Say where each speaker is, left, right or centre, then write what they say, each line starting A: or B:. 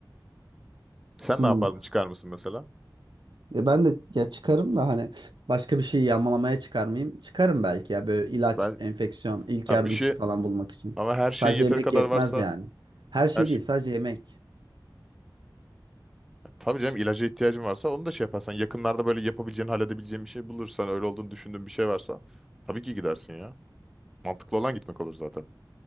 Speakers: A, in the centre; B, on the right.
A: Sen
B: Hmm.
A: ne yapardın? Çıkar mısın mesela?
B: Ya ben de ya çıkarım da hani başka bir şey yağmalamaya çıkarmayayım. Çıkarım belki ya böyle ilaç,
A: Ben
B: enfeksiyon, ilk
A: ha
B: yardım
A: bir şey
B: kiti falan bulmak için.
A: ama her şeyin
B: Sadece
A: yeteri
B: yemek
A: kadar
B: yetmez
A: varsa
B: yani. Her şey
A: her şey.
B: değil sadece yemek.
A: Ya Tabii canım ilaca ihtiyacın varsa onu da şey yaparsan yakınlarda böyle yapabileceğin, halledebileceğin bir şey bulursan öyle olduğunu düşündüğün bir şey varsa tabii ki gidersin ya. Mantıklı olan gitmek olur zaten.